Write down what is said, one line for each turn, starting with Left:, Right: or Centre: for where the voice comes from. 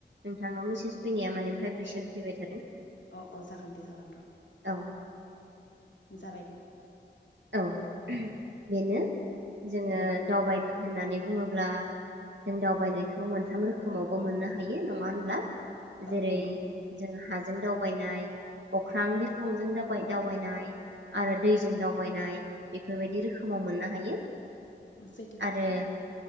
Right: नोंथांनाव मेसेज फैनाया माने भाइब्रेसन फैबाय थादों।
Left: अ अ जागोन दे जागोन र'
Right: औ
Left: जाबाय दे।
Right: औ <unintelligible> बेनो जोङो
Left: औ
Right: दावबायनो होननानै। बुङोब्ला जों दावबायनायखौ मोनथाम रोखोमावबो मोननो हायो। नङा होनब्ला? जेरै
Left: औ नंगौ
Right: जों हाजों दावबायनाय अख्रां बिरखंजों दाबाय दावबायनाय आरो दैजों दाव बायनाय बेफोरबायदि रोखोमाव मोननो हायो
Left: ओ सैथो खोथा
Right: आरो
Left: ओं